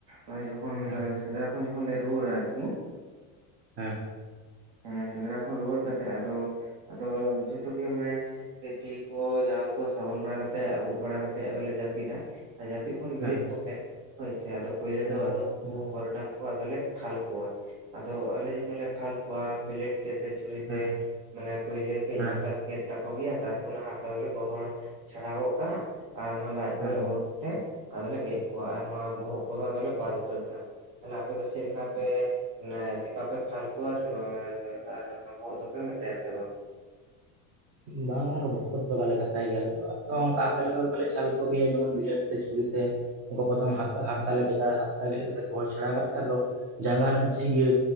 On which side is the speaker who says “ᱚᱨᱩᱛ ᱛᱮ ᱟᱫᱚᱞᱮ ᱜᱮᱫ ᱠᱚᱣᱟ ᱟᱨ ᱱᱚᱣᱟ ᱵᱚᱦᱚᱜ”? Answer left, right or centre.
Right